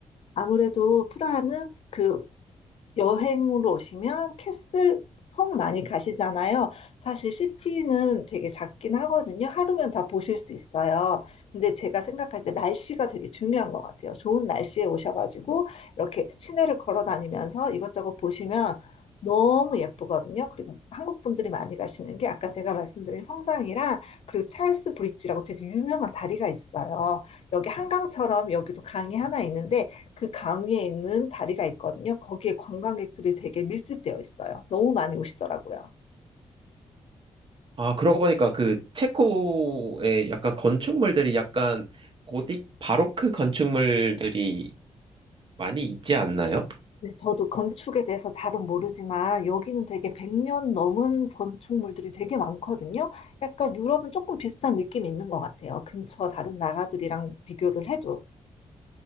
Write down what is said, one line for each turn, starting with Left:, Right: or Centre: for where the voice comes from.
Left: 아무래도 프라하는 그 여행으로 오시면 캐슬 섬 많이 가시잖아요. 사실 시티는 되게 작긴 하거든요. 하루면 다 보실 수 있어요. 근데 제가 생각할 때 날씨가 되게 중요한 것 같아요. 좋은 날씨에 오셔가지고 이렇게 시내를 걸어 다니면서 이것저것 보시면 너무 예쁘거든요. 그리고 한국 분들이 많이 가시는 게 아까 제가 말씀드린 성당이랑 그리고 찰스 브릿지라고 되게 유명한 다리가 있어요. 여기 한강처럼 여기도 강이 하나 있는데 그 강 위에 있는 다리가 있거든요. 거기에 관광객들이 되게 밀집되어 있어요. 너무 많이 오시더라고요.
Right: 아, 그러고 보니까 그 체코의 약간 건축물들이 약간 고딕 바로크 건축물들이 많이 있지 않나요?
Left: 네, 저도 건축에 대해서 잘은 모르지만 여기는 되게 100년 넘은 건축물들이 되게 많거든요. 약간 유럽은 조금 비슷한 느낌이 있는 것 같아요. 근처 다른 나라들이랑 비교를 해도.